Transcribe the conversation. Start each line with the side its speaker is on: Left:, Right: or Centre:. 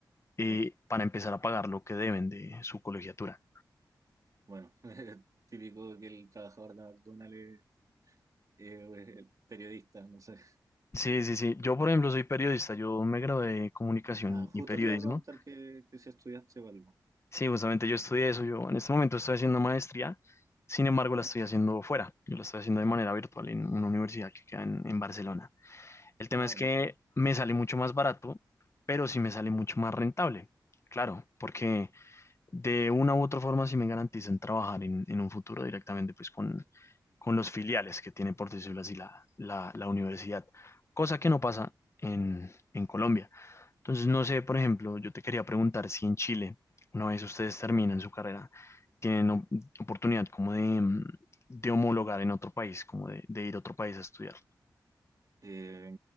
Left: eh,
Right: claro.
Left: para empezar a pagar lo que deben de su colegiatura.
Right: Bueno, <laughs> típico que el trabajador de McDonald's es, eh, es el periodista, no sé.
Left: Sí, sí, sí. Yo, por ejemplo, soy periodista. Yo me gradué de comunicación
Right: Ah,
Left: y,
Right: justo
Left: y periodismo.
Right: te iba a preguntar que, que si estudiaste o algo.
Left: Sí, justamente yo estudié eso. Yo en este momento estoy haciendo maestría, sin embargo
Right: ¿Ya?
Left: la estoy haciendo fuera. Yo la estoy haciendo de manera virtual en una universidad que queda en, en Barcelona. El
Right: Ah,
Left: tema es
Right: buenísimo.
Left: que me sale mucho más barato, pero sí me sale mucho más rentable. Claro, porque de una u otra forma sí me garantizan trabajar en, en un futuro directamente pues con, con los filiales que tiene, por decirlo así, la, la, la universidad. Cosa que no pasa en, en Colombia. Entonces, no sé, por ejemplo, yo te quería preguntar si en Chile, una vez ustedes terminan su carrera, tienen op- oportunidad como de, mm, de homologar en otro país, como de, de ir a otro país a estudiar.
Right: Eh,